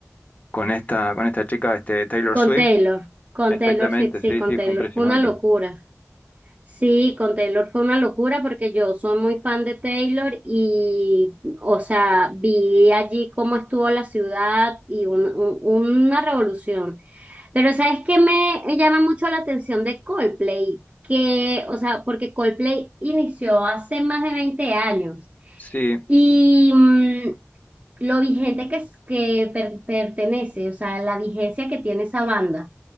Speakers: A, on the left; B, on the right.
A: con esta, con esta chica, este, Taylor
B: con
A: Swift.
B: Taylor, con
A: Exactamente,
B: Taylor Swift, sí,
A: sí,
B: con
A: sí,
B: Taylor
A: fue impresionante.
B: fue una locura. Sí, con Taylor fue una locura porque yo soy muy fan de Taylor y, o sea, vi allí cómo estuvo la ciudad y un- un- una revolución. Pero ¿sabes qué me llama mucho la atención de Coldplay? Que, o sea, porque Coldplay inició hace más de 20 años
A: Sí,
B: y mm, lo vigente que, es, que per- pertenece, o sea, la vigencia que tiene esa banda.